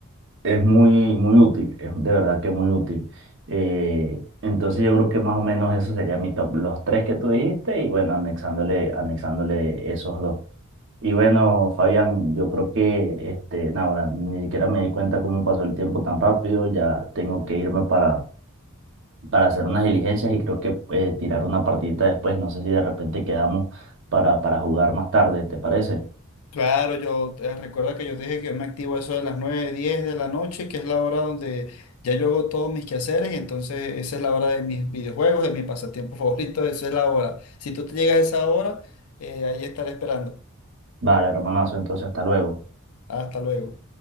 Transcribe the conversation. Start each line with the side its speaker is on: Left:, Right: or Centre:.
Right: es muy, muy útil, es de verdad que muy útil. Eh, entonces yo creo que más o menos eso sería mi top, los tres que tú dijiste y bueno, anexándole, anexándole esos dos. Y bueno, Fabián, yo creo que este, nada, bueno, ni siquiera me di cuenta cómo pasó el tiempo tan rápido, ya tengo que irme para, para hacer unas diligencias y creo que eh, tirar una partidita después, no sé si de repente quedamos para, para jugar más tarde, ¿te parece?
Left: Claro, yo te- recuerda que yo te dije que yo me activo a eso de las 9 10 de la noche, que es la hora donde ya yo hago todos mis quehaceres y entonces esa es la hora de mis videojuegos, de mi pasatiempo <laughs> favorito, esa es la hora. Si tú te llegas a esa hora, eh, ahí estaré esperando.
Right: Vale, hermanazo, entonces hasta luego.
Left: Hasta luego.